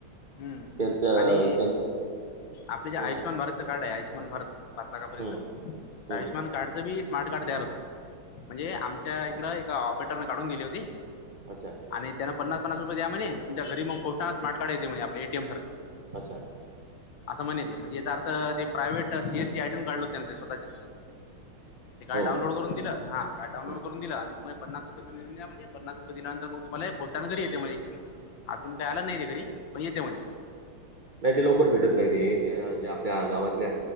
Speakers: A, on the left (about 70°); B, on the right (about 55°).
A: हम्म
B: त्यांच
A: आणि
B: त्यांच
A: आपले जे आयुषमान
B: हं
A: भारतचं कार्ड आहे आयुषमान भारत पाच लाखापर्यंत
B: हं
A: तर
B: हं
A: आयुष्यमान
B: हं
A: कार्डचं बी स्मार्ट कार्ड तयार होते म्हणजे आमच्या इकड एका ऑपरेटरने काढून दिली होती.
B: अच्छा
A: आणि त्यांना पन्नास पन्नास रुपये दया म्हणे तुमच्या घरी मग पोस्टाने स्मार्ट कार्ड येते म्हणे आपल्या एटीएम सारखं
B: अच्छा
A: असं म्हणे म्हणजे याचा अर्थ ते प्रायव्हेट सीएसी आयडी काडून काढल होते ते स्वतःच्या ते कार्ड
B: हो
A: डाउनलोड
B: का?
A: करून दिलं हा. कार्ड डाऊनलोड
B: हं.
A: करून दिला आणि मग पन्नास रुपये तुम्ही देऊन द्या म्हणे पन्नास रुपये दिल्यानंतर मग तुम्हाला पोस्टाने घरी येते म्हणे. अजून काय आला नाही ते घरी पण येते म्हणजे
B: नाही ते लवकर भेटत नाही ते ते जे आपल्या गावातल्या